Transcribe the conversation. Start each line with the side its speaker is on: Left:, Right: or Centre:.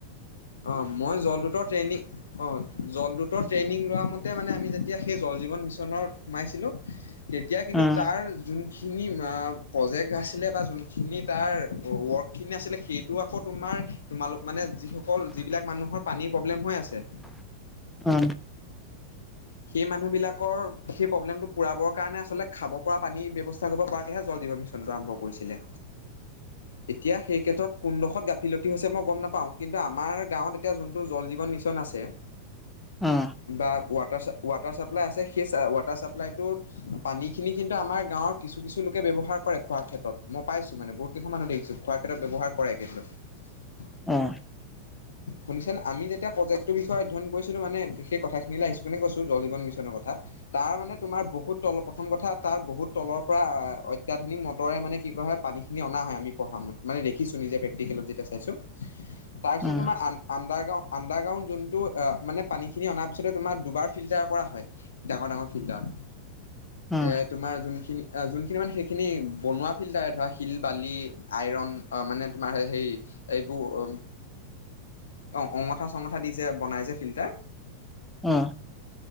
Left: অহ, মই জলদূতৰ ট্ৰেনিং অ, জলদূতৰ ট্ৰেইনিং লোৱা মতে মানে আমি যেতিয়া সেই জল-জীৱন -মিছনত সোমাইছিলোঁ, তেতিয়া কিন্তু
Centre: উম
Left: তাৰ যোন, খিনি প্ৰজেক্ট আছিলে বা যোনখিনি তাৰ ৱৰ্কখিনি আছিলে সেইটো আকৌ তোমাৰ, তোমালোক মানে যিসকল, অকল যিবিলাক মানুহৰ পানীৰ প্ৰবলেম হৈ আছে,
Centre: উম
Left: সেই মানুহবিলাকৰ সেই প্ৰব্লেমটো পুৰাবৰ কাৰণে আচলতে খাব পৰা পানীৰ ব্যৱস্থা কৰিব পৰাকেহে জল- জীৱন -মিছনটো আৰম্ভ কৰিছিলে। এতিয়া সেই ক্ষেত্ৰত কোনডোখত গাফিলতি হৈছে মই গম নাপাওঁ, কিন্তু আমাৰ গাঁৱত এতিয়া যোনটো জল- জীৱন- মিছন আছে,
Centre: উম
Left: বা ৱাট, ৱাটাৰ ছাপ, ৱাটাৰ চাপ্লাই আছে সেই ৱাটাৰ চাপ্লাইটোত পানীখিনি কিন্তু আমাৰ গাঁৱৰ কিছু-কিছু লোকে ব্যৱহাৰ কৰে খোৱাৰ ক্ষেত্ৰত, মই পাইছো মানে বহুত কেইুমান মানুহ দেখিছো খোৱাৰ ক্ষেত্ৰত ব্যৱহাৰ কৰে কিন্তু।
Centre: উম,
Left: শুনিছেনে, আমি যেতিয়া প্ৰজেক্টটোৰ বিষয়ে অধ্যয়ন কৰিছিলো মানে সেই কথাখিনি লে আহিছো, শুনি কৈছো জল- জীৱন -মিছনৰ কথা, তাৰ মানে তোমাৰ বহুত তলত, প্ৰথম কথা তাৰ বহুত তলৰ পৰা অত্যাধুনিক মটৰে মানে কি কৰা হয় পানীখিনি অনা হয়, আমি পঢ়া মতে, মানে দেখিছো নিজে প্ৰেক্টিকেলত যেতিয়া চাইছো, তাৰপিছত
Centre: উম
Left: তোমাৰ আ-আন্দাৰ, আন্দাৰগ্ৰাউণ্ড যোনটো, অ-মানে পানী খিনি অনাৰ পিছতে তোমাৰ, দুবাৰ ফিল্টাৰ কৰা হয়, ডাঙৰ-ডাঙৰ ফিল্টাৰত।
Centre: উম
Left: এ, তোমাৰ যোন, খিনি অ-যোনখিনি মানে সেইখিনি বনোৱা ফিল্টাৰে ধৰা শিল, বালি, আইৰণ মানে তোমাৰ হেৰী এইবোৰ, অ', অঙঠা-চঙঠা দি যে বনাই যে, ফিল্টাৰ
Centre: উম,